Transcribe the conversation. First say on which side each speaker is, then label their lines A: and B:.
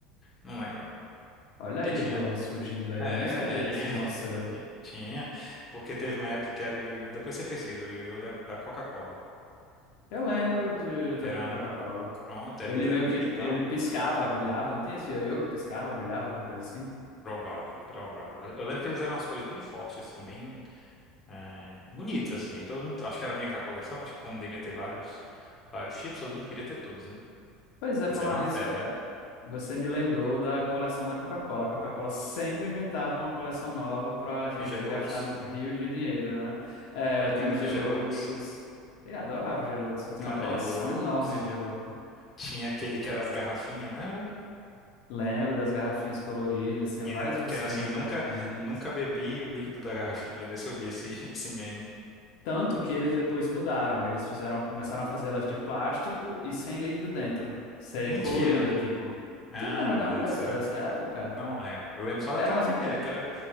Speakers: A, on the left; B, on the left.
A: não lembro.
B: Olha
A: Que
B: aí
A: tinha,
B: o dom surgindo aí.
A: é,
B: Eu nem sabia
A: olha aí,
B: desse
A: <laughs>
B: dom seu.
A: tinha, porque teve uma época que era o ioiô, depois você pesquisa, o ioiô da, da Coca-Cola,
B: Eu lembro de, ioiô
A: que
B: da
A: era,
B: Coca-Cola.
A: pronto, eles
B: Ele meio
A: eram
B: que
A: bonitão,
B: ele piscava, brilhava, não tinha esse ioiô que piscava, brilhava, alguma coisa assim?
A: provável, provável. Eu, eu lembro que eles eram as cores bem fortes, assim, bem é, bonitos, assim, aí todo mundo, acho que era meio que a coleção, acho que como devia ter vários, vários chips, todo mundo queria ter todos, né?
B: Pois é,
A: Mas
B: falar
A: era uma
B: nisso,
A: febre.
B: eh, você me lembrou da coleção da Coca-Cola. A Coca-Cola sempre inventava uma coleção nova pra gente
A: O Geloucos?
B: gastar rios de dinheiro, né? Era,
A: Lembra
B: tinha os Geloucos.
A: do Geloucos?
B: Eu adorava os Geloucos, eu tinha
A: Cara,
B: uma coleção
A: Geloucos.
B: enorme de Gelouco.
A: Tinha aquele que era as garrafinhas, lembra?
B: Lembro das garrafinhas coloridas, tinha
A: E
B: várias
A: ainda-
B: versões
A: Que era assim,
B: das
A: nunca,
B: garrafinhas.
A: nunca bebi o líquido da garrafinha. Já deixa eu ver esse, <laughs> esse meme.
B: Tanto que eles depois mudaram. Eles fizeram, começaram a fazer elas de plástico e sem líquido dentro. Ser
A: Mentira.
B: colorida, tipo.
A: Ah,
B: Tu não lembra
A: meu
B: não
A: Deus
B: dessa,
A: do céu.
B: dessa época?
A: Não lembro. Eu lembro só daquela
B: Eram as,
A: primeira, que era